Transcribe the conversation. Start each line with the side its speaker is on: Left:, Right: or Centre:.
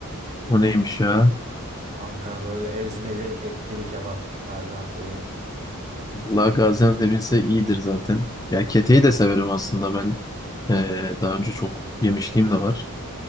Left: O neymiş ya?
Right: Ankara böyle ezmeli etli bir kebap. Gaziantep'in.
Left: Vallahi Gaziantep'inse iyidir zaten. Ya keteyi de severim aslında ben. Ee, daha önce çok yemişliğim de var.